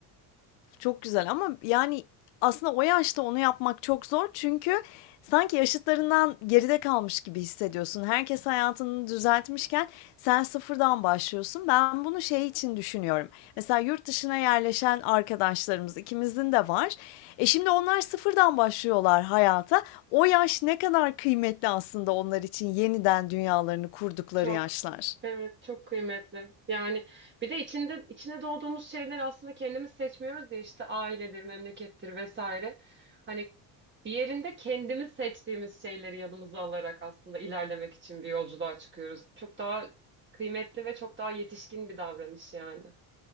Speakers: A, on the left; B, on the right.
A: Çok güzel ama yani aslında o yaşta onu yapmak çok zor. Çünkü sanki yaşıtlarından geride kalmış gibi hissediyorsun. Herkes hayatını düzeltmişken sen sıfırdan başlıyorsun. Ben bunu şey için düşünüyorum. Mesela yurt dışına yerleşen arkadaşlarımız ikimizin de var. E şimdi onlar sıfırdan başlıyorlar hayata. O yaş ne kadar kıymetli aslında onlar için yeniden dünyalarını kurdukları
B: Çok.
A: yaşlar.
B: Evet, çok kıymetli. Yani bir de içinde içine doğduğumuz şeyler aslında kendimiz seçmiyoruz ya işte ailedir, memlekettir vesaire. Hani diğerinde kendimiz seçtiğimiz şeyleri yanımıza alarak aslında ilerlemek için bir yolculuğa çıkıyoruz. Çok daha kıymetli ve çok daha yetişkin bir davranış yani.